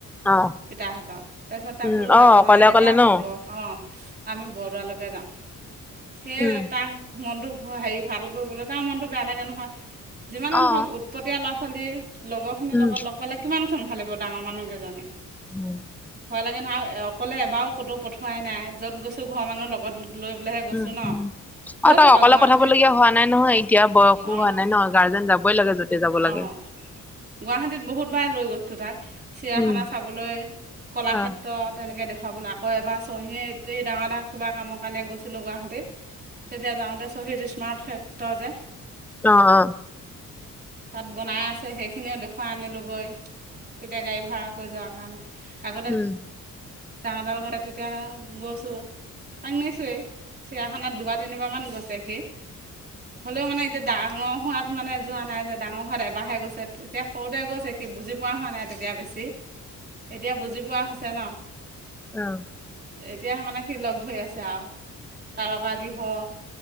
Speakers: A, in the centre; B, on the right.
A: অ
B: পিতাহঁতৰ তাৰপিছত তাক
A: উম
B: ক'লো
A: অ
B: যাব
A: অকলে
B: নালাগে
A: অকলে
B: দিয়া আমি
A: ন
B: ব অঁ আমি বৰদোৱালৈকে যাাম সেয়ে
A: উম
B: তাক মনটো হেৰি ভাল কৰিবলৈ তাৰ মনটো বেয়া লাগে নহয় যিমানে
A: অ
B: নহওক উৎপটীয়া ল'ৰা ছোৱালী লগৰখিনি
A: উম
B: লগত লগ পালে কিমান চম্ভালিব ডাঙৰ মানুহ কেইজনে
A: উম
B: ভয় লাগে নহয় অকলে এবাৰো ক'তো পঠোৱাই নাই য'ত গৈছো ঘৰৰ মানুহৰ লগত লৈ পেলাইহে গৈছোঁ
A: উম
B: ন
A: উম
B: গৈছে
A: অ তাক
B: বাৰু
A: অকলে
B: গুৱাহাটীত
A: পঠাবলগীয়া হোৱা নাই ন নহয় এতিয়া বয়সো
B: অঁ
A: হোৱা নাই ন গাৰ্জেন যাবই লাগে য'তে যাব লাগে
B: অঁ গুৱাহাটীত বহুতবাৰে লৈ গৈছোঁ তাক চিৰিয়াখানা
A: উম
B: চাবলৈ কলাক্ষেত্ৰত
A: অ
B: তেনেকৈ দেখুৱাবলৈ আকৌ এবাৰ চহী এই ডাঙৰ ডাঙৰ কিবা কামৰ কাৰণে গৈছিলোঁ গুৱাহাটীত তেতিয়া যাওঁতে শ্বহীদ স্মাৰ্ট ক্ষেত্ৰ যে
A: অ অ
B: তাত বনাই আছে সেইখিনিও দেখুৱাই আনিলোগৈ তেতিয়া গাড়ী ভাড়া হৈ যোৱাৰ কাৰণে আগ
A: উম
B: ডাঙৰ বা লগত তেতিয়া গৈছোঁ তাক নিছোঁৱেই চিৰিয়াখানাত দুবাৰ তিনিবাৰ মান গৈছে সি হ'লেও মানে এতিয়া ডাঙৰ সোৱাদ মানে যোৱা নাই যে ডাঙৰ সোৱাদ এবাৰহে গৈছে তেতিয়া সৰুতে গৈছে সি বুজি পোৱা হোৱা নাই তেতিয়া বেছি এতিয়া বুজি পোৱা হৈছে ন
A: অ
B: এতিয়াে মানে সি লগ ধৰি আছে আও তাৰকা গৃহ